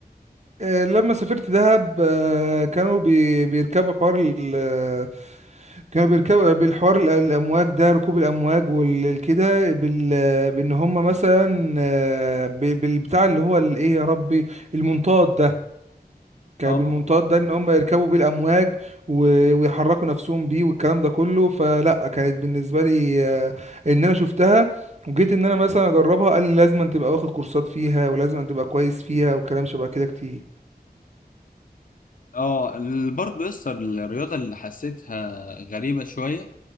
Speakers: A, on the right; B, on the left.
A: آه، لما سافرت دهب آه، كانوا بي- بيركبوا حوار ال- آه، كانوا بيركبوا بالحوار ال- الأمواج ده ركوب الأمواج والكده بال بإن هم مثلا آه، ب- بالبتاع اللي هو الإيه يا ربي المنطاد ده كان
B: اه
A: بالمنطاد ده ان هم يركبوا بيه الامواج و- ويحركوا نفسهم بيه والكلام ده كله فلا كانت بالنسبه لي آه، ان انا شفتها وجيت ان انا مثلا اجربها قال لي لازم أن تبقى واخد كورسات فيها ولازم أن تبقى كويس فيها وكلام شبه كده كتير
B: اه ال- برضه يسطا الرياضه اللي حسيتها غريبه شويه